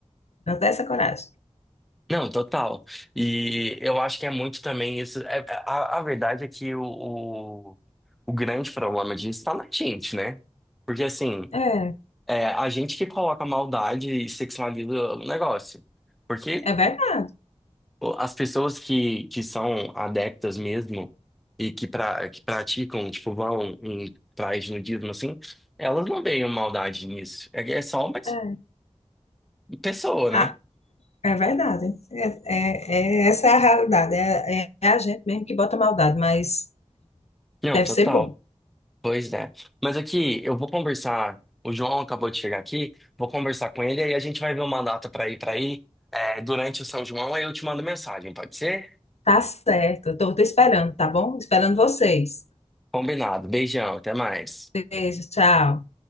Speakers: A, on the left; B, in the centre.
A: não tenho essa coragem.
B: não, total. E eu acho que é muito também isso. é- é, a, a verdade é que o, o, o grande problema disso está na gente, né? Porque assim.
A: É,
B: É a gente que coloca maldade e sexualiza o negócio. Porque
A: é verdade.
B: o- as pessoas que, que são adeptas mesmo e que, pra, que praticam, tipo, vão em praias de nudismo, assim, elas não veem maldade nisso. É, é só uma
A: É,
B: pessoa, né?
A: Ah, é verdade. É, é- é- essa é a realidade. É, é a gente mesmo que bota maldade, mas
B: Não,
A: deve
B: total.
A: ser bom.
B: Pois é. Mas aqui, eu vou conversar. O João acabou de chegar aqui, vou conversar com ele e aí a gente vai ver uma data pra ir pra aí é, durante o São João, aí eu te mando mensagem, pode ser?
A: Tá certo. Eu tô te esperando, tá bom? Esperando vocês.
B: Combinado. Beijão, até mais.
A: Beijo, tchau.